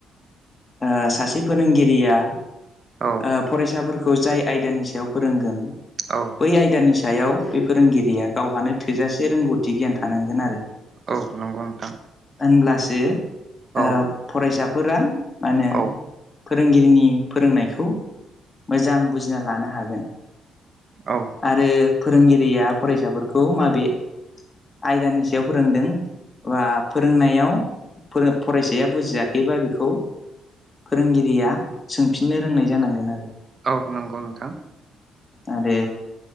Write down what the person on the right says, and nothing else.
औ
औ
औ नंगौ नोंथां
औ
औ
औ
औ नंगौ नोंथां